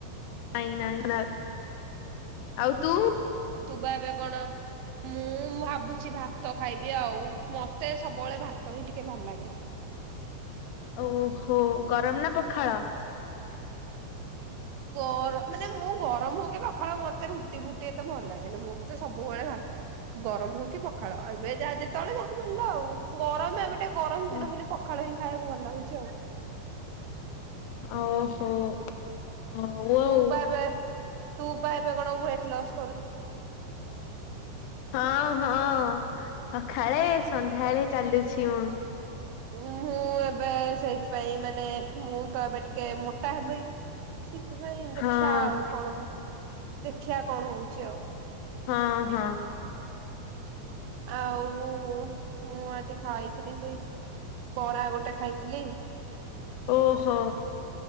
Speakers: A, on the left; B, on the right.
A: ନାଇଁ ନାଇଁ ନା ଆଉ ତୁ?
B: ତୁ ବା ଏବେ କଣ, ମୁଁ ଭାବୁଛି ଭାତ ଖାଇବି ଆଉ ମତେ ସବୁବେଳେ ଭାତ ହିଁ ଟିକେ ଭଲ ଲାଗେ।
A: ଓହୋ ଗରମ ନା ପଖାଳ?
B: ଗର ମାନେ ମୁଁ ଗରମ ହଉ କି ପଖାଳ ମତେ ରୁଟି ଫୁଟି ଏତେ ଭଲ ଲାଗେନି। ମୋତେ ସବୁବେଳେ ଭାତ। ଗରମ ହଉ କି ପଖାଳ ଏବେ ଯାହା ଯେତେବେଳେ ଯାହା ମିଳିଲା ଆଉ ଗରମ ଏ ଏ ଗରମ
A: ହଁ
B: ଦିନ ବୋଲି ପଖାଳ ହିଁ ଖାଇବାକୁ ଭଲ ଲାଗୁଛି ଆଉ।
A: ଓହୋ। ହଉ
B: ତୁ
A: ଆଉ।
B: ବା ଏବେ ତୁ ବା ଏବେ କଣ ୱେଟ ଲସ
A: ହଁ ହଁ ହ। ଖାଳେ ସନ୍ଧ୍ୟାବେଳେ ଚାଲିଛି ମୁଁ।
B: ମୁଁ ମୁଁ ଏବେ ସେଇଥିପାଇଁ ମାନେ ମୁଁ ତ ଏବେ ଟିକେ ମୋ ତାହା ପାଇଁ ସେଥିପାଇଁ
A: ହଁ
B: ଦେଖିବା ଆଉ କଣ ହୁ ଦେଖିବା କଣ ହଉଛି ଆଉ।
A: ହଁ ହଁ।
B: ଆଉ-ଉ-ଉ ମୁଁ ଆଜି ଖାଇଥିଲି ସେଇ ବରା ଗୋଟେ ଖାଇଥିଲି।
A: ଓହୋ